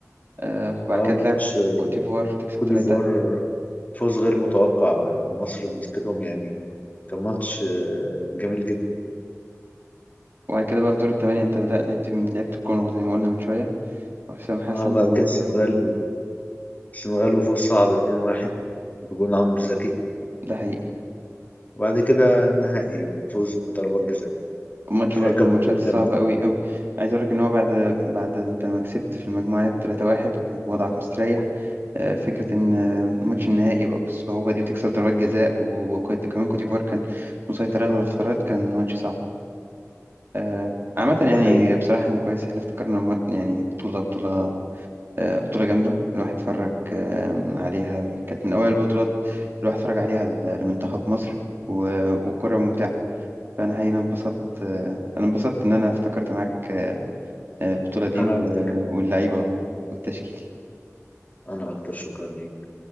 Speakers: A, on the right; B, on the left.
A: آه، وبعد
B: آه
A: كده
B: ماتش
A: تلعب كوتيفوار تكسب
B: كوت
A: ثلاثة
B: ديفوار فوز غير متوقع مصر مسكتهم يعني كان ماتش آه، جميل جدا
A: وبعد كده بقى في دور الثمانية انت بدأت لعبت مين؟ لعبت الكونغو زي ما قلنا من شوية وحسام حسن
B: اه وبعد
A: وده
B: كده السنغال السنغال وفوز صعب 2-1 بجون عمرو زكي
A: حقيقي
B: وبعد كده النهائي وفوز بضربات جزاء
A: وماتش
B: فهي
A: برضه
B: كانت
A: من الماتشات
B: بطولة
A: الصعبة
B: جميلة
A: أوي أوي عايز أقول لك إن هو بعد بعد أنت ما كسبت في المجموعات 3-1 ووضعك مستريح آه، فكرة إن آه، ماتش النهائي يبقى بالصعوبة دي وتكسب ضربات جزاء و- وكنت- وكمان كوت ديفوار كان مسيطر أغلب الفترات كان ماتش صعب آه، عامة يعني
B: ده حقيقي
A: بصراحة إحنا كويس إحنا افتكرنا مات- يعني بطولة بطولة آه، بطولة جامدة الواحد اتفرج آه، عليها كانت من أوائل البطولات الواحد اتفرج عليها ل- لمنتخب مصر و- وكرة ممتعة فأنا حقيقي أنا انبسطت آه، أنا انبسطت إن أنا افتكرت معاك آه، البطولة دي
B: أنا
A: و-
B: أكتر
A: واللعيبة
B: أنا
A: والتشكيل
B: أنا أكتر شكرا ليك